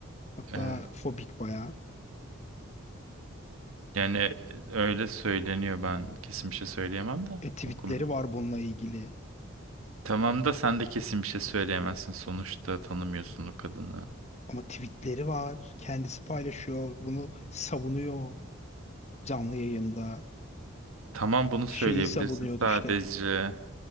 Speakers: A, on the left; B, on the right.
A: Hatta
B: evet.
A: fobik bayağı.
B: Yani e, öyle söyleniyor ben kesin bir şey söyleyemem de
A: E, tweetleri
B: okum.
A: var bununla ilgili.
B: Tamam da sen de kesin bir şey söyleyemezsin sonuçta tanımıyorsun o kadını.
A: Ama tweetleri var. Kendisi paylaşıyor. Bunu savunuyor canlı yayında.
B: Tamam bunu
A: Şeyi
B: söyleyebilirsin
A: savunuyordu
B: sadece.
A: işte.